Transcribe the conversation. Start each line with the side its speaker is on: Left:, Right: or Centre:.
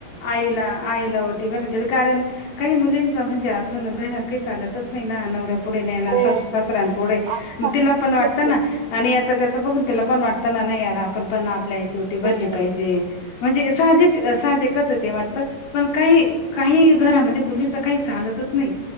Left: आईला आईला ओटी भरून केलं कारण काही मुलींचा म्हंजे आजून घरांत काही चालतच नाहीं ना नवरा पुढे नाई येणार
Right: हो
Left: सासू सासऱ्यां पुढे
Right: असे
Left: म
Right: असे
Left: तिला
Right: खूप
Left: पण वाटतं
Right: लोक आहेत.
Left: ना आणि यांत त त्याच बघून तिला पण वाटतं ना, नाही यार आपणं पण आपल्या आई ओटी भरली
Right: हो हो
Left: पाहिज. म्हंजे साहजि सहाजिकच ते वाटतं पण कांहीं कांहीं घरांमध्ये मुलींच कांहीं चालतच नाहीं